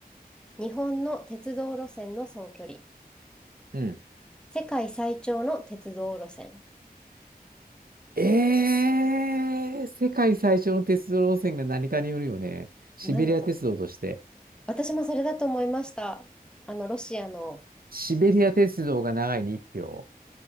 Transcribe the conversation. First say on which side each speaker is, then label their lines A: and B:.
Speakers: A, in the centre; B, on the right.
A: 日本の鉄道路線の総距離。
B: うん。
A: 世界最長の鉄道路線。
B: ええ世界最初の鉄道路線が何かによるよね。シベリア鉄道として。
A: なんで私もそれだと思いました。あの、ロシアの。
B: シベリア鉄道が長いに1票。